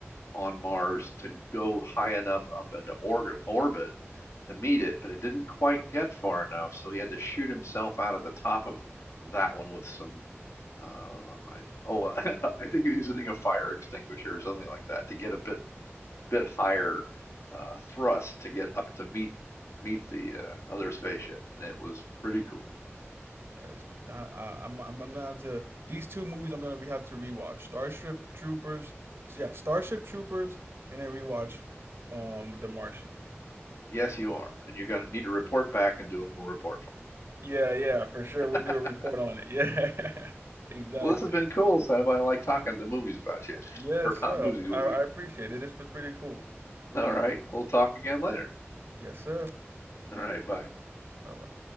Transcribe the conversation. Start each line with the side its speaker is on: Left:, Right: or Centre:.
Left: on Mars to go high enough up into org- orbit to meet it, but it didn't quite get far enough, so he had to shoot himself out of the top of that one with some. Uh, I, oh, <laughs> I think he was using a fire extinguisher or something like that to get a bit a bit higher uh, thrust to get up to meet meet the uh, other spaceship, and it was pretty cool.
Right: uh, I, I, I'm I'm I'm gonna have to these two movies. I'm gonna re- have to rewatch Starship Troopers. Yeah, Starship Troopers, and then rewatch um The Martian.
Left: Yes, you are, and you're gonna need to report back and do a little report for me.
Right: Yeah, yeah, for sure.
Left: <laughs>
Right: We'll do a report on it. Yeah, <laughs> exactly.
Left: well, this has been cool, Sam. I like talking to movies about you
Right: Yes,
Left: <laughs> or
Right: sir.
Left: about movies with
Right: I,
Left: you.
Right: I appreciate it. This was pretty cool.
Left: All right, we'll talk again later.
Right: Yes, sir.
Left: All right, bye.
Right: Bye bye.